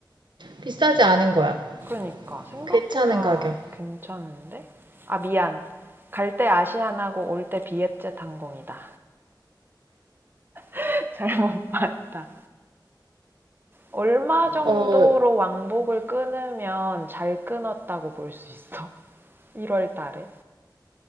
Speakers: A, on the right; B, on the right.
A: 비싸지 않은 거야
B: 그러니까 생각보다
A: 괜찮은 가격
B: 괜찮은데? 아 미안. 갈 때 아시안하고 올 때 비엣젯 항공이다. <laughs> 잘못 봤다. 얼마 정도로
A: 어한
B: 왕복을 끊으면 잘 끊었다고 볼 수 있어? <laughs> 1월 달에?